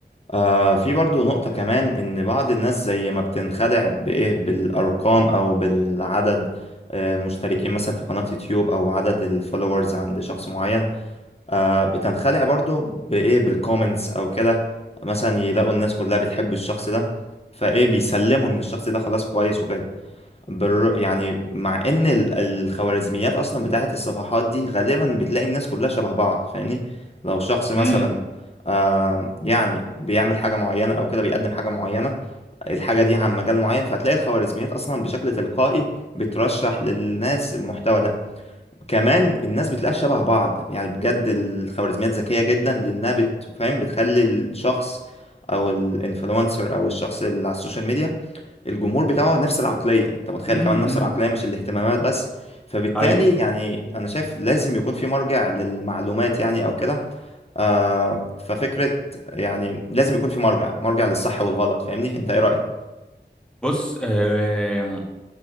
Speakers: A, on the left; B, in the centre.
A: آه في برضو نقطة كمان إن بعض الناس زي ما بتنخدع بإيه بالأرقام أو بالعدد آه مشتركين مثلا في قناة يوتيوب أو عدد الفولورز عند شخص معين آه بتنخدع برضو بإيه بالكومنتس أو كده مثلا يلاقوا الناس كلها بتحب الشخص ده فإيه بيسلموا إن الشخص ده خلاص كويس وكده بر... يعني مع ان ال- الخوارزميات اصلا بتاعت الصفحات دي غالبا بتلاقي الناس كلها شبه بعض فاهمني لو شخص مثلا
B: امم
A: آه يعني بيعمل حاجة معينة او كده بيقدم حاجة معينة الحاجة دي عن مجال معين فهتلاقي الخوارزميات اصلا بشكل تلقائي بترشح للناس المحتوى ده كمان الناس بتلاقيها شبه بعض يعني بجد الخوارزميات ذكية جدا لانها بتفهم بتخلي الشخص او الانفلونسر او الشخص اللي على السوشيال ميديا الجمهور بتاعه نفس العقلية انت متخيل
B: امم
A: كمان نفس
B: إمم.
A: العقلية مش الاهتمامات بس فبالتالي
B: ايوه
A: يعني انا شايف لازم يكون في مرجع للمعلومات يعني او كده آه ففكرة يعني لازم يكون في مرجع مرجع للصح والغلط فاهمني انت ايه رأيك
B: بص آه